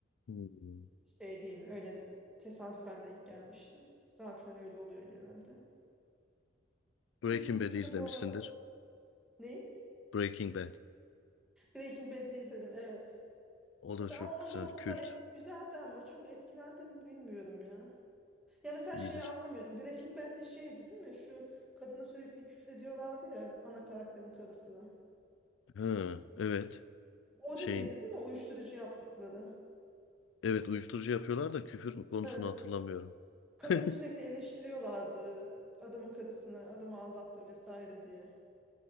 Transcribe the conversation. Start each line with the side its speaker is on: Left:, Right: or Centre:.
Left: Hmm.
Centre: Şey değil öyle de- tesadüfen denk gelmiştim. Zaten öyle oluyor genelde.
Left: Breaking
Centre: Türk dizisi
Left: Bad'i izlemişsindir.
Centre: de bu arada... Neyi?
Left: Breaking Bad.
Centre: Breaking Bad'i izledim evet.
Left: O
Centre: Mesela
Left: da çok
Centre: ama ondan
Left: güzel.
Centre: o kadar
Left: Kült.
Centre: et, güzeldi ama çok etkilendim mi bilmiyorum ya. Ya mesela
Left: iyidir.
Centre: şeyi anlamıyordum. Breaking Bad'de şeydi değil mi? Şu kadına sürekli küfür ediyorlardı ya ana karakterin karısına.
Left: Ha, evet.
Centre: O
Left: Şeyin.
Centre: diziydi değil mi? Uyuşturucu yaptıkları.
Left: Evet uyuşturucu yapıyorlar da küfür mü konusunu
Centre: Ha,
Left: hatırlamıyorum.
Centre: kadını
Left: <laughs>
Centre: sürekli eleştiriyorlardı. Adamın karısını, adamı aldattı vesaire diye.